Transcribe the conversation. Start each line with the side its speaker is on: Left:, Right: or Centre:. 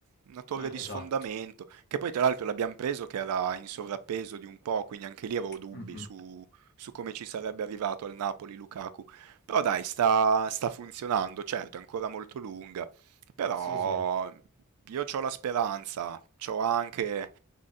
Right: una torre
Left: Eh,
Right: di
Left: esatto.
Right: sfondamento, che poi tra l'altro l'abbiamo preso che era in sovrappeso di un po', quindi anche lì avevo dubbi
Left: Mm, mm.
Right: su, su come ci sarebbe arrivato al Napoli Lukaku. Però dai, sta, sta funzionando, certo, è ancora molto lunga, però
Left: Sì, sì,
Right: io ho la speranza, ho anche